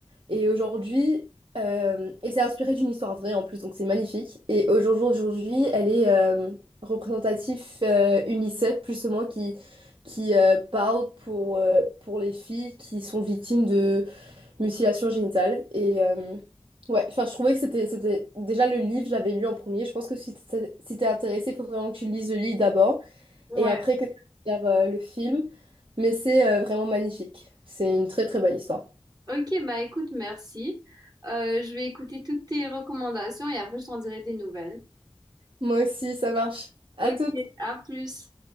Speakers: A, on the right; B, on the right.
A: Et aujourd'hui, euh, et c'est inspiré d'une histoire vraie en plus, donc c'est magnifique. Et aujourd'hui jour elle est euh, représentatif euh, UNICEF, plus ou moins, qui, qui euh, parle pour, euh, pour les filles qui sont victimes Mutilation génitale. Et euh, ouais, enfin, je trouvais que c'était, c'était... Déjà, le livre, je l'avais lu en premier. Je pense que si t'es, si t'es intéressé, il faut vraiment que tu lises le livre d'abord
B: Ouais.
A: et après que tu regardes le film. Mais c'est euh, vraiment magnifique. C'est une très, très belle histoire.
B: Ok, bah écoute, merci. Euh, je vais écouter toutes tes recommandations et après je t'en dirai des nouvelles.
A: Moi aussi, ça marche. À
B: Ok,
A: toutes.
B: à plus.